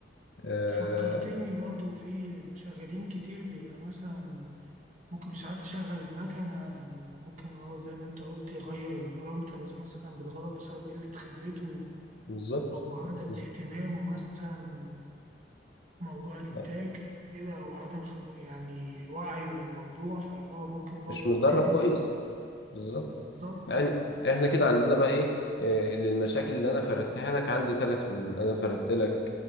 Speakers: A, on the left; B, on the right.
A: آه
B: فكرتني برضو في مشغلين كتير بيبقى مثلا ممكن مش عارف يشغل المكنة وممكن اه زي ما انت قلت يغير البارامترز مثلا بالغلط بسبب قلة خبرته
A: بالظبط
B: أو عدم
A: بالظبط.
B: اهتمامه مثلا موضوع الإنتاج
A: آه،
B: أو كده أو عدم خبرة يعني وعيه للموضوع فاه ممكن يبوظ
A: مش متدرب
B: الدنيا
A: كويس
B: يعني.
A: بالظبط
B: بالظبط
A: يعني احنا كده عندنا بقى ايه آه، للمشاكل اللي انا فردتها لك عندي ثلاث حلول انا فردت لك